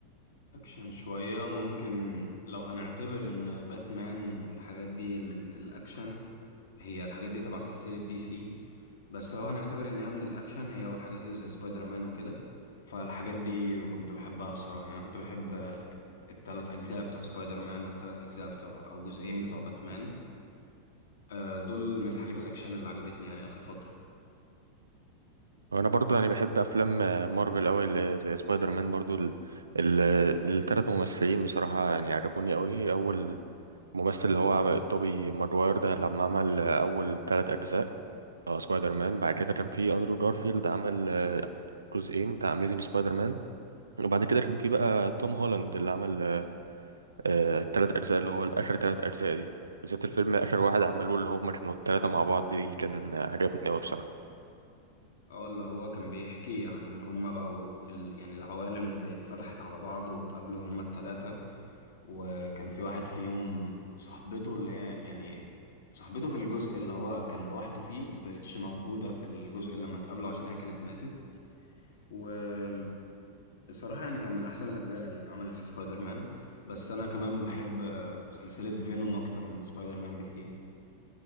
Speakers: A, on the left; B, on the right.
A: أكشن شوية ممكن لو هنعتبر إن باتمان والحاجات دي من الأكشن هي الحاجات دي تبع سلسلة دي سي بس لو هنعتبر إن هي من الأكشن هي والحاجات اللي زي سبايدر مان وكده فالحاجات دي كنت بحبها الصراحة يعني أنا كنت بحب التلات أجزاء بتوع سبايدر مان والتلات أجزاء بتوع أو جزئين بتوع باتمان آه، دول من حاجات الاكشن اللي عجبتني يعني اخر فتره
B: وانا برضو يعني بحب افلام آه، مارفل قوي اللي زي سبايدر مان برضو ال... ال... الثلاث ممثلين بصراحه يعني عجبوني قوي اول ممثل اللي هو عب- توبي ماجواير ده لما عمل آه، اول ثلاث اجزاء آه، سبايدر مان بعد كده كان في اندرو جارفيلد عمل آه، جزئين بتاع اميزنج سبايدر مان وبعد كده كان في بقى توم هولاند اللي عمل الثلاث اجزاء اللي هو اخر ثلاث اجزاء دي بالذات الفيلم اخر واحد عملوه اللي هم كانوا الثلاثه مع بعض دي كان آه، عجبني قوي بصراحه
A: اه اللي هو كان بيحكي عن ان هما بقوا ال... يعني العوالم زي اتفتحت على بعض واتقابلوا هما التلاتة وكان في واحد فيهم صاحبته اللي هي يعني صاحبته في الجزء اللي هو كان لوحده فيه مبقتش موجودة في الجزء لما اتقابلوا عشان هي كانت ماتت والصراحة يعني كان من أحسن الأجزاء اللي اتعملت لسبايدر مان بس أنا كمان بحب آه، سلسلة فينوم أكتر من سبايدر مان بكتير